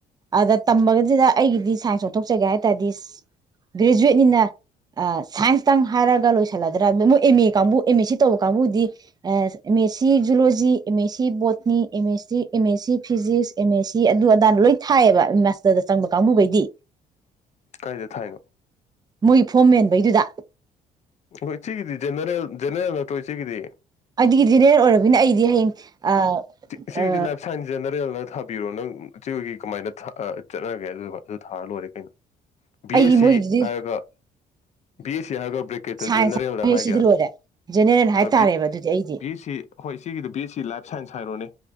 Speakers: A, on the right; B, on the left.
A: ꯑꯗ ꯇꯝꯕꯒꯁꯤꯗ ꯑꯩꯒꯤꯗꯤ ꯁꯥꯏꯟꯁ ꯑꯣꯟꯊꯣꯛꯆꯒꯦ ꯍꯥꯏ ꯇꯥꯔꯗꯤ ꯒ꯭ꯔꯦꯖꯨꯋꯦꯠꯅꯤꯅ ꯁꯥꯏꯟꯁꯇꯪ ꯍꯥꯏꯔꯒ ꯂꯣꯏꯁꯜꯂꯗ꯭ꯔꯥ ꯃꯣꯏ ꯑꯦꯝ ꯑꯦ ꯀꯥꯡꯕꯨ ꯑꯦꯝ ꯑꯦꯁ ꯁꯤ ꯇꯧꯕ ꯀꯥꯡꯕꯨꯗꯤ M S C zoology M S C botany M S C M S C physics M S C ꯑꯗꯨ ꯑꯗꯥ ꯂꯣꯏ ꯊꯥꯌꯦꯕ ꯃꯥꯁꯇꯔꯗ ꯆꯪꯕ ꯀꯥꯡꯕꯨꯒꯩꯗꯤ
B: ꯀꯥꯏꯗ ꯊꯥꯏꯕ
A: ꯃꯣꯏ ꯐꯣꯝ ꯃꯦꯟꯕꯩꯗꯨꯗ
B: ꯍꯣꯏ ꯆꯦꯒꯤꯗꯤ ꯖꯦꯅꯔꯦꯜ ꯖꯦꯅꯔꯦꯜ ꯅꯠꯇ꯭ꯔꯣ ꯏꯆꯦꯒꯤꯗꯤ
A: ꯑꯧꯗꯤ ꯖꯦꯅꯔꯦꯜ ꯑꯣꯏꯔꯕꯅꯤꯅ ꯑꯩꯗꯤ ꯍꯌꯦꯡ ꯑ
B: ꯏꯆꯦꯒꯤꯗꯤ
A: ꯑ
B: ꯂꯥꯏꯐ ꯁꯥꯏꯟꯁ ꯖꯦꯅꯔꯦꯜꯅ ꯊꯥꯕꯤꯔꯣ ꯅꯪ ꯏꯆꯦ ꯍꯣꯏꯒꯤ ꯀꯃꯥꯏꯅ ꯊꯥ ꯆꯠꯅꯒꯦ ꯑꯗꯨ ꯑꯗꯨ ꯊꯥꯔ ꯂꯣꯏꯔꯦ ꯀꯩꯅꯣ ꯕꯤ
A: ꯑꯩꯒꯤ
B: ꯑꯦꯁ ꯁꯤ
A: ꯃꯣꯏꯒꯤꯗꯨꯗꯤ
B: ꯍꯥꯏꯔꯒ ꯕꯤ ꯑꯦꯁ ꯁꯤ ꯍꯥꯏꯔꯒ ꯕ꯭ꯔꯦꯛ ꯇ
A: ꯁꯥꯏꯟꯁ
B: ꯖꯦꯅꯔꯦꯜ ꯂ
A: ꯕꯤ
B: ꯍꯥꯏꯒꯦꯔ
A: ꯑꯦꯁ ꯁꯤꯗꯤ ꯂꯣꯏꯔꯦ ꯖꯦꯅꯦꯔꯦꯜ ꯍꯥꯏꯇꯥꯔꯦꯕ
B: ꯑ ꯕꯤ
A: ꯑꯗꯨꯗꯤ ꯑꯩꯗꯤ
B: ꯕꯤ ꯑꯦ ꯁꯤ ꯍꯣꯏ ꯏꯆꯦꯒꯤꯗ ꯕꯤ ꯑꯦ ꯁꯤ ꯂꯥꯏꯐ ꯁꯥꯏꯟꯁ ꯍꯥꯏꯔꯣꯅꯦ